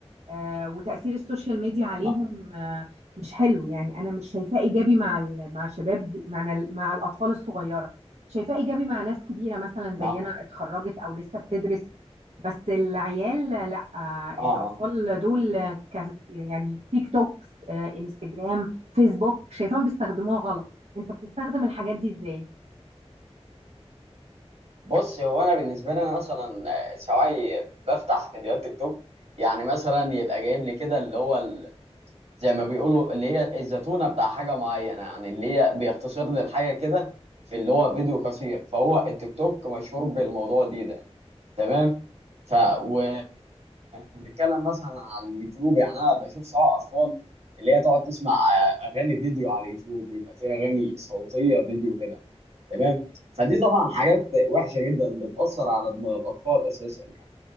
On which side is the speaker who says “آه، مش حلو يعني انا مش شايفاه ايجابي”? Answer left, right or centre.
Right